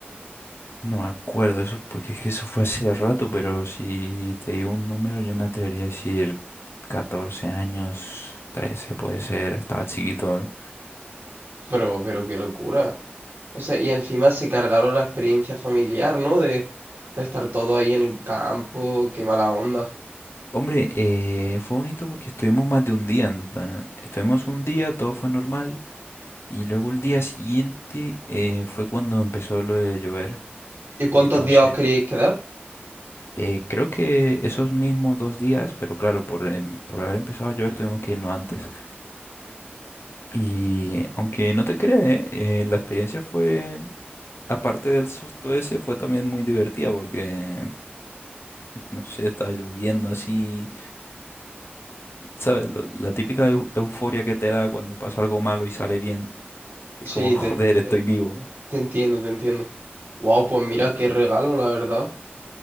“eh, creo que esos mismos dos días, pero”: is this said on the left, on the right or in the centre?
Left